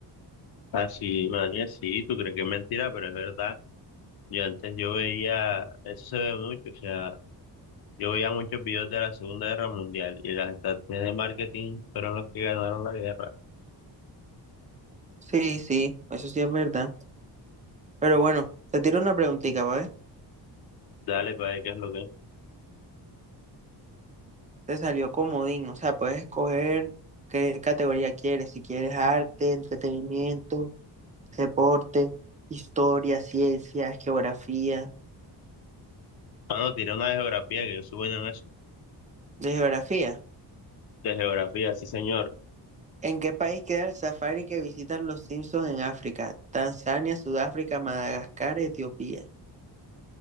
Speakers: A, on the left; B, on the right.
A: Así, manía, sí, tú crees que es mentira, pero es verdad. Yo antes yo veía, eso se ve mucho, o sea... Yo veía muchos videos de la Segunda Guerra Mundial y las estrategias de marketing fueron los que ganaron la guerra.
B: Sí, sí, eso sí es verdad. Pero bueno, te tiro una preguntita, ¿vale?
A: Dale, para ver qué es lo que es.
B: Te salió comodín, o sea, puedes escoger qué categoría quieres, si quieres arte, entretenimiento Deporte, historia, ciencia, geografía.
A: Mano, tiré una de geografía, que yo soy bueno en eso.
B: De geografía.
A: De geografía, sí, señor.
B: ¿En qué país queda el safari que visitan los Simpson en África? Tanzania, Sudáfrica, Madagascar, Etiopía.